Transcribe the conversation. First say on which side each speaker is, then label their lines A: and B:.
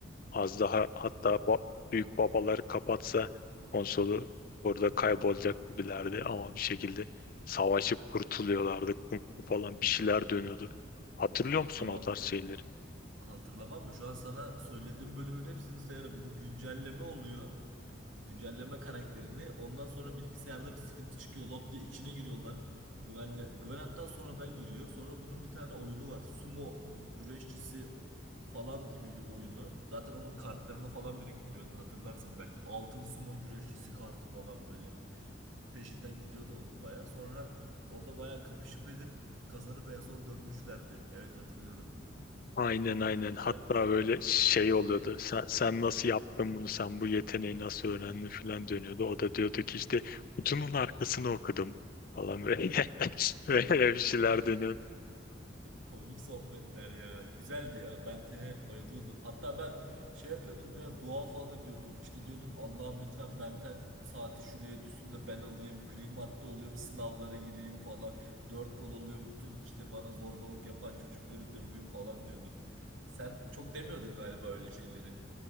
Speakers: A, on the left (about 45°); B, on the right (about 80°).
A: Az daha hatta ba- büyük babaları kapatsa konsolu orada kaybolacak gibilerdi ama bir şekilde savaşıp kurtuluyorlardı Kung fu falan bir şeyler dönüyordu. Hatırlıyor musun
B: tamam.
A: o tarz şeyleri?
B: Hatırlamam mı? Şu an sana söylediğim bölümün hepsini sayarım. Bu güncelleme oluyor. Güncelleme karakterini. Ondan sonra bilgisayarda bir sıkıntı çıkıyor. Lop diye içine giriyorlar. Güvenle, Güven hatta sonradan giriyor. Sonra bunun bir tane oyunu var. Sumo güreşçisi falan gibi bir oyunu. Zaten onun kartlarını falan biriktiriyordu. Hatırlarsın belki. Altın sumo güreşçisi kartı falan böyle. Peşinden gidiyordu onun baya. Sonra orada baya kapışıp edip kazanıp en son dönmüşlerdi. Evet hatırlıyorum.
A: Aynen aynen
B: Güzeldi.
A: hatta böyle şey oluyordu sen, sen nasıl yaptın bunu sen bu yeteneği nasıl öğrendin falan dönüyordu. O da diyordu ki işte kutunun arkasını okudum falan böyle, <laughs> böyle bir şeyler dönüyordu.
B: Komik sohbetler ya. Güzeldi ya. Ben Ten'e bayılıyordum. Hatta ben şey yapıyordum ya dua falan ediyordum. İşte diyordum Allah'ım lütfen Ben Ten saati şuraya düşsün de ben alayım. Gri madde olayım sınavlara gireyim falan. Dört kol olayım. Bütün işte bana zorbalık yapan çocukları döveyim falan diyordum. Sen çok demiyordun galiba öyle şeyleri.